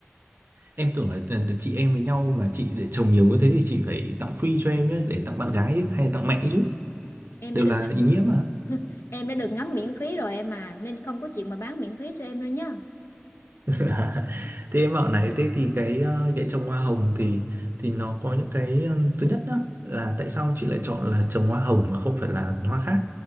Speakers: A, on the right; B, on the left.
A: Em tưởng là ờ, chị em với nhau mà chị để trồng nhiều như thế thì chị phải tặng free cho em nhé để tặng bạn gái ấy, hay là tặng mẹ chứ.
B: em
A: Đều
B: đã được
A: là
B: ng-
A: ý nghĩa mà.
B: <laughs> em đã được ngắm miễn phí rồi em mà nên không có chuyện mà bán miễn phí cho em đâu nhá
A: <laughs> Thế em bảo này, thế thì cái ờ, cái trồng hoa hồng thì thì nó có những cái ừm, thứ nhất đó là tại sao chị lại chọn là trồng hoa hồng mà không phải là hoa khác?